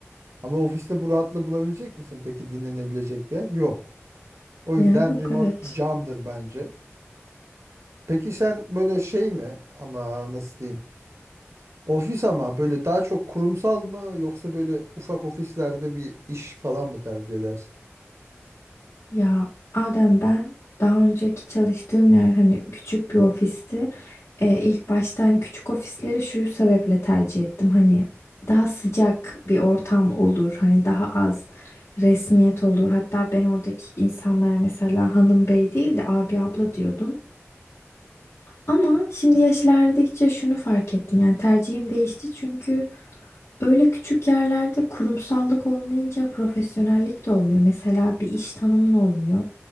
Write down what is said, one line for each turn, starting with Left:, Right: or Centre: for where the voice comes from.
Right: Ama ofiste bu rahatlığı bulabilecek misin? Peki dinlenebilecek bir yer? Yok. O
Left: Ya
Right: yüzden
Left: yok
Right: remote
Left: evet.
Right: candır bence. Peki sen böyle şey mi ama nasıl diyeyim? Ofis ama böyle daha çok kurumsal mı yoksa böyle ufak ofislerde bir iş falan mı tercih edersin?
Left: Ya Adem ben daha önceki çalıştığım yer hani küçük bir ofisti. Ee, ilk başta hani küçük ofisleri şu sebeple tercih ettim. Hani daha sıcak bir ortam olur. Hani daha az resmiyet olur. Hatta ben oradaki insanlara mesela hanım bey değil de abi abla diyordum. Ama şimdi yaş ilerledikçe şunu fark ettim. Yani tercihim değişti çünkü öyle küçük yerlerde kurumsallık olmayınca profesyonellik de olmuyor. Mesela bir iş tanımın olmuyor.